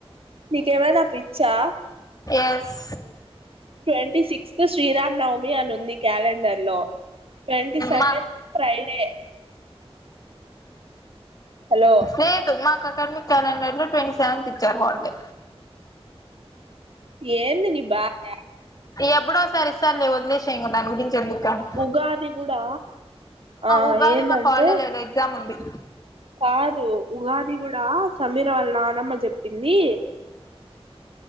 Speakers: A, on the right; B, on the left.
A: నీకేమైనా పిచ్చా
B: yes
A: twenty sixth Sriram Navami అని ఉంది క్యాలెండర్ లో ట్వంటి సెవెన్
B: మా
A: ఫ్రైడే హలో
B: లేదు మా క్ కార్మి క్యాలెండర్ లో ట్వంటీ సెవెన్త్ ఇచ్చారు హ లిడే
A: ఏంది నీ బాష
B: ఎప్పుడో సరి ఇ సర్లే వదిలేసేయ్ దాని గురించి ఎందుకు గాని
A: ఉగాది కూడా ఆ
B: ఉగాది
A: ఏందంటే
B: మాకు హాలిడే లేదు ఎగ్జామ్ ఉంది
A: కాదు ఉగాది కూడా సమీర వాళ్ళ నానమ్మ చెప్పింది